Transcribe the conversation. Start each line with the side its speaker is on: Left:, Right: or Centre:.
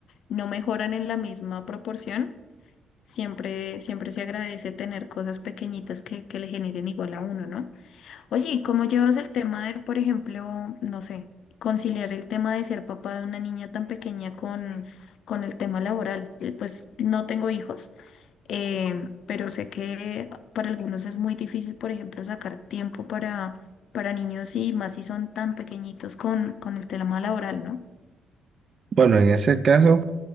Left: no mejoran en la misma proporción, siempre, siempre se agradece tener cosas pequeñitas que, que le generen igual a uno, ¿no? Oye, ¿y cómo llevas el tema de, por ejemplo, no sé, conciliar el tema de ser papá de una niña tan pequeña con, con el tema laboral? Eh, Pues no tengo hijos, em, pero sé que para algunos es muy difícil, por ejemplo, sacar tiempo para, para niños y más si son tan pequeñitos con, con el tema laboral, ¿no?
Right: Bueno, en ese caso,